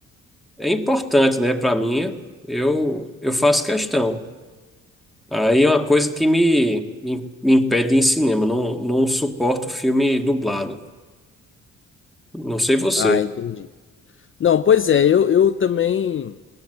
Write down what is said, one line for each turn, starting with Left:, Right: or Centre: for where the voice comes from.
Centre: é importante, né? Para mim, eu, eu faço questão. Aí é uma coisa que me, me, me impede de ir em cinema. Não, não suporto filme dublado. Não sei você.
Left: ah, entendi. Não, pois é, eu, eu também